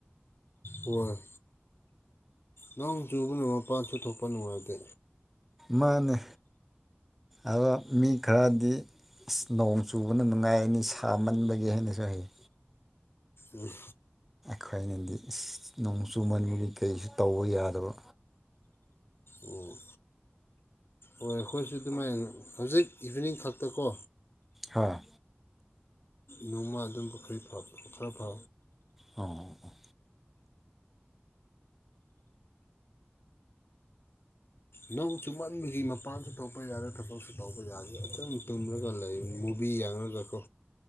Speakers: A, on the left (about 65°); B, in the centre.
A: ꯍꯣꯏ ꯅꯣꯡ ꯆꯨꯕꯅ ꯃꯄꯥꯟꯁꯨ ꯊꯣꯛꯄ ꯅꯨꯡꯉꯥꯏꯇꯦ
B: ꯃꯥꯅꯦ ꯑꯋꯣ ꯃꯤ ꯈꯔꯗꯤ ꯑꯁ ꯅꯣꯡ ꯆꯨꯕꯅ ꯅꯨꯡꯉꯥꯏꯑꯅꯤ ꯁꯥꯃꯟꯕꯒꯤ ꯍꯥꯏꯅꯁꯨ ꯍꯥꯏꯌꯦ
A: ꯎꯝ
B: ꯈꯣꯏꯅꯗꯤ ꯏꯁ ꯅꯣꯡ ꯆꯨꯃꯟꯕꯒꯤ ꯀꯔꯤꯁꯨ ꯇꯧꯕ ꯌꯥꯗꯕ
A: ꯎꯝ ꯍꯣꯏ ꯑꯩꯈꯣꯏꯁꯨ ꯑꯗꯨꯃꯥꯏꯅ ꯍꯧꯖꯤꯛ ꯏꯚꯤꯅꯤꯡ ꯈꯛꯇꯥꯀꯣ
B: ꯍꯥꯥ
A: ꯅꯣꯡꯃ ꯑꯗꯨꯝꯕ ꯈꯔꯤ ꯐꯥ ꯈꯔ ꯐꯥ
B: ꯑꯣ ꯑꯣ ꯑꯣ
A: ꯅꯣꯡ ꯆꯨꯝꯃꯟꯕꯒꯤ ꯃꯄꯥꯟꯁꯨ ꯊꯣꯛꯄ ꯌꯥꯔꯦ ꯊꯕꯛꯁꯨ ꯇꯧꯕ ꯌꯥꯔꯦ ꯑꯗꯨꯝ ꯇꯨꯝꯂꯒ ꯂꯩ ꯃꯨꯞ ꯕꯤ ꯌꯥꯡꯔꯒꯀꯣ